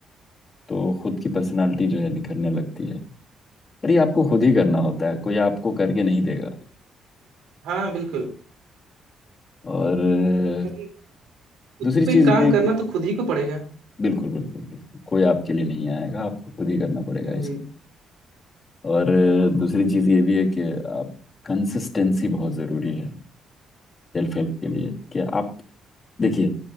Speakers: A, on the left (about 35°); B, on the right (about 85°).
A: तो खुद की पर्सनालिटी जो है निखरने लगती है पर ये आपको खुद ही करना होता है कोई आपको करके नहीं देगा
B: हाँ बिल्कुल
A: और अ,
B: क्योंकि खुद
A: दूसरी
B: पे
A: चीज़ ये
B: काम
A: है कि
B: करना तो खुद ही को पड़ेगा
A: बिल्कुल बिल्कुल बिल्कुल कोई आपके लिए नहीं आएगा आपको खुद ही करना पड़ेगा
B: हाँ जी
A: इसको और अ, दूसरी चीज़ ये भी है कि आप कंसिस्टेंसी बहुत ज़रूरी है सेल्फ हेल्प के लिए कि आप देखिए